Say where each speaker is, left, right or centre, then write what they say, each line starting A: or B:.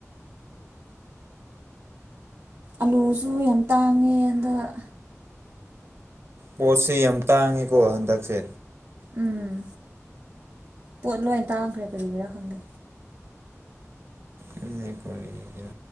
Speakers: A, on the right; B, on the right.
A: ꯑꯂꯨꯁꯨ ꯌꯥꯝ ꯇꯥꯡꯉꯦ ꯍꯟꯗꯛ
B: ꯄꯣꯠꯁꯦ ꯌꯥꯝ ꯇꯥꯡꯉꯤꯀꯣ ꯍꯟꯗꯛꯁꯦ
A: ꯎꯝ ꯄꯣꯠ ꯂꯣꯏ ꯇꯥꯡꯈ꯭ꯔꯦ ꯀꯔꯤꯒꯤꯔꯥ ꯈꯪꯗꯦ
B: ꯇꯨꯅꯦ ꯀꯔꯤꯒꯤꯔ